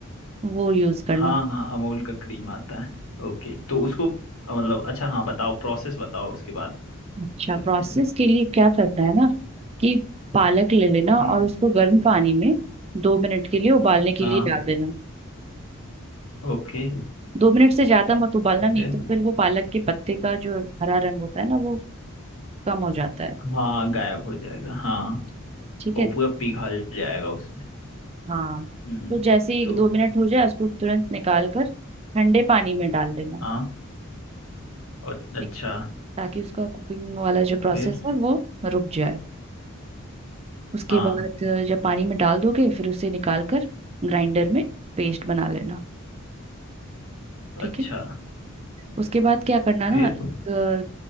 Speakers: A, on the right; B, on the left.
A: वो यूज़ करना
B: हाँ हाँ अमूल का क्रीम आता है ओके तो उसको अ, मतलब अच्छा हाँ बताओ प्रोसेस बताओ उसके बाद
A: अच्छा
B: उसमें
A: प्रोसेस के लिए क्या करना है ना कि पालक ले लेना
B: हम्म
A: और उसको गर्म पानी में दो मिनट के लिए उबालने के
B: हाँ
A: लिए डाल देना
B: ओके
A: दो मिनट से ज्यादा मत उबालना नहीं
B: फिर
A: तो फिर वो पालक के पत्ते का जो हरा रंग होता है ना वो कम हो जाता है
B: हाँ गायब हो जाएगा हाँ
A: ठीक
B: वो
A: है
B: पूरा पिघल जाएगा उसमें
A: हाँ
B: हम्म
A: तो जैसे ही
B: तो
A: दो मिनट हो जाए उसको तुरंत निकाल कर ठंडे पानी में डाल देना
B: हाँ और अच्छा
A: ठीक ताकि उसका कुकिंग वाला जो प्रोसेस
B: फिर
A: है वो रुक जाए उसके
B: हाँ
A: बाद अ, जब पानी में डाल दोगे फिर उसे निकाल कर ग्राइंडर में पेस्ट बना लेना ठीक
B: अच्छा
A: है उसके बाद क्या करना ना
B: फिर
A: एक